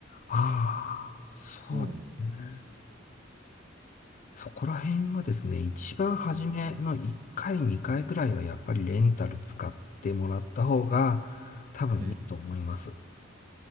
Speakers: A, on the left; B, on the right.
A: ああ、そうですね。
B: どうなんですか
A: そこら辺はですね、一番初めの1回、
B: ね
A: 2回くらいはやっぱりレンタル使ってもらった方が多分いいと思います。
B: はい。